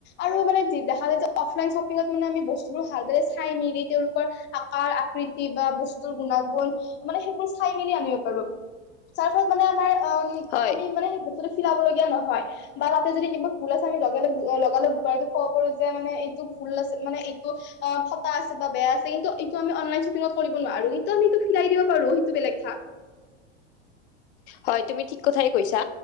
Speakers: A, on the left; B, on the left.
A: আৰু মানে দেখা যায় যে অফলাইন শ্বপিঙত মানে আমি বস্তুবোৰ ভালদৰে চাই মেলি তেওঁলোকৰ আকাৰ আকৃতি বা বস্তুৰ গুণাগুণ। মানে সেইবোৰ চাই মেলি আনিব পাৰো, যাৰ ফলত মানে আমাৰ অম
B: হয়
A: আমি মানে বস্তুটো চিলাব লগীয়া নহয়। বা তাতে যদি কিবা ফুল আছে, আমি লগে লগে অ', লগা লগ ঘূৰাই ক'ব পাৰো যে মানে এইটো ফুল আছে মানে এইটো অ', ফটা আছে বা বেয়া আছে, কিন্তু এইটো আমি অনলাইন শ্বপিঙত কৰিব নোৱাৰো, আৰু কিন্তু আমি এইটো চিলাই দিব পাৰো, সেইটো বেলেগ থা
B: হয়, তুমি ঠিক কথাই কৈছা।